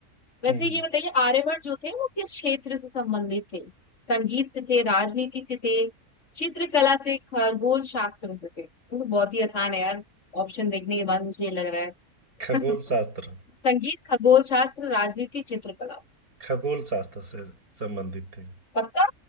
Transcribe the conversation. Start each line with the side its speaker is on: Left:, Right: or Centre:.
Left: वैसे
Right: हम्म
Left: ये बताइए आर्यभट्ट जो थे वो किस क्षेत्र से संबंधित थे संगीत से थे राजनीति से थे चित्रकला से खगोल शास्त्र से थे ये तो बहुत ही आसान है यार ऑप्शन देखने के बाद मुझे ये लग रहा है <laughs>
Right: खगोल शास्त्र
Left: संगीत खगोल शास्त्र राजनीति चित्रकला
Right: खगोल शास्त्र से संबंधित थे
Left: पक्का